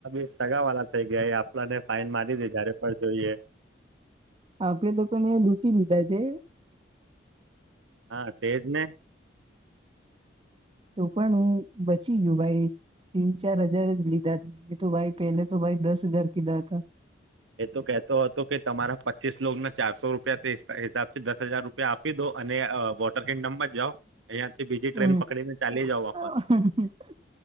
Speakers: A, on the right; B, on the right.
A: અ સગા વાલા થઈ ગયા એઅપ ને ફાઈન મારી દે જયારે પણ જોઈએ.
B: આપડે લોકોને રૂટી લીધા છે.
A: હા તેજ ને.
B: તો પણ હું બચી ગયો ભાઈ તીન ચાર હજાર જ લીધા એ તો ભાઈ પહેલે તો ભાઈ દસ હજાર કીધા હતા.
A: એ તો કહેતો હતો કે તમારા પચીસ લોને ચારસો રૂપિયા હિસાબથી દસ હજાર રૂપિયા આપી દો અને અ વોટરકેડ કીન્ડોમજ જાઓ. અહિયાંથી બીજી ટ્રેન
B: હમ્મ
A: પકડીને ચાલી
B: <unintelligible>
A: જાવ વાપસ